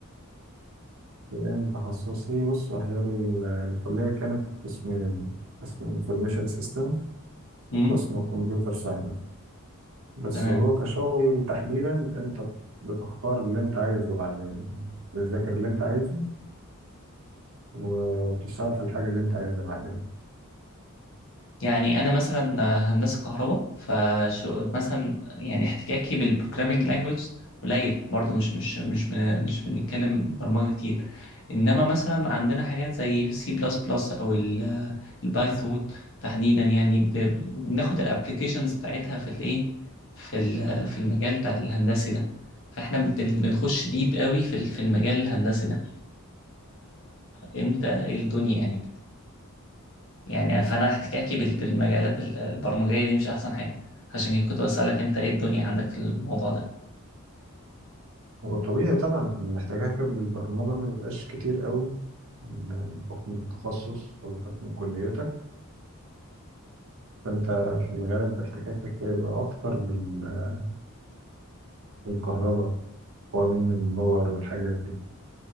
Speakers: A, on the right; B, on the left.
A: إيه تخصصي بص هي ال- الكلية كانت قسمين قسم انفورميشن سيستم
B: امم
A: وقسم كمبيوتر ساينس بس
B: تمام
A: هو كشغل تحديدا انت بتختار اللي انت عايزه بعدين بتذاكر اللي انت عايزه وبتشتغل في الحاجة اللي انت عايزها بعدين
B: يعني انا مثلا آه، هندسه كهرباء فشو مثلا يعني احتكاكي بالبروجرامينج لانجويج قليل برضه مش مش مش بن- مش بنتكلم برمجه كتير انما مثلا عندنا حاجات زي سي بلس بلس او ال- البايثون تحديدا يعني ب- بناخد الابلكيشنز بتاعتها في الايه في ال- آه، في المجال بتاع الهندسي ده فاحنا بن- بنخش ديب قوي في ال- في المجال الهندسي ده انت ايه الدنيا يعني يعني فانا احتكاكي بال- بالمجالات ال- البرمجيه دي مش احسن حاجه عشان كده كنت بسالك انت ايه الدنيا عندك في الموضوع ده
A: هو طبيعي طبعا محتاجك بالبرمجة ما يبقاش كتير قوي بحكم التخصص أو بحكم كليتك فأنت في الغالب احتكاكك هيبقى أكتر بال- بالكهرباء قوانين الباور والحاجات دي